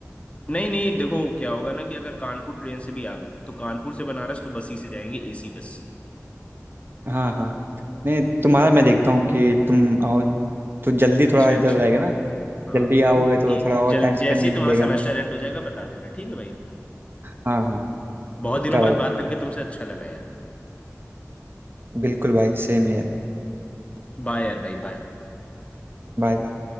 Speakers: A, on the left; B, on the right.
A: नहीं नहीं देखो क्या होगा ना कि अगर कानपुर ट्रेन से भी आ गए तो कानपुर से बनारस तो बस ही से जाएंगे एसी बस से
B: हाँ हाँ नहीं तुम्हारा मैं देखता हूँ कि तुम आओ तो जल्दी
A: अच्छा
B: थोड़ा इधर
A: अच्छा
B: रहेगा ना
A: हाँ
B: जल्दी
A: हम
B: आओगे तो
A: ठीक
B: थोड़ा
A: है
B: और
A: जल्द
B: टाइम स्पेंड
A: जैसे
B: भी
A: ही
B: मिलेगा
A: तुम्हारा सेमेस्टर एंड हो जाएगा बता देना ठीक है भाई
B: हाँ हाँ
A: बहुत
B: पक्का
A: दिनों बाद
B: भाई पक्का
A: बात करके तुमसे अच्छा लगा यार
B: बिल्कुल भाई सेम है
A: बाय यार भाई बाय
B: Bye bye